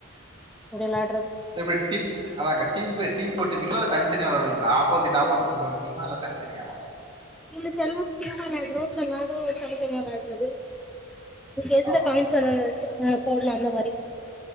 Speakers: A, in the centre; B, on the right.
A: முடியல ஆடற
B: எப்படி டீ அதான்கா டீம் டீம் போட்டுப்பீங்களா இல்ல தனித்தனியா விளாடுவீங்ளா ஆப்போசிட் ஆப்போசிட் டீமா? இல்ல தனித்தனியாவா?
A: இல் செலவு <unintelligible> <unintelligible> தனி தனியா கலட்றது நீ எந்த
B: ஆமாமாக்கா.
A: காய்ன் சொல்ல இருக்க போடலாமா வரி